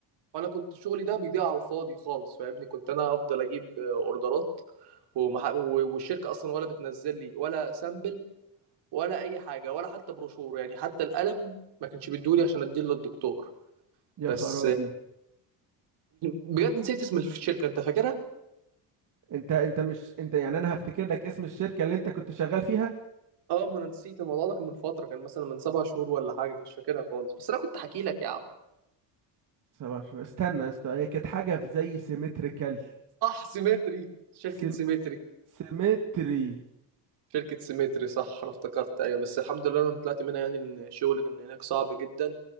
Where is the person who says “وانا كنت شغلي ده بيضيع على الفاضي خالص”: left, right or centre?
Right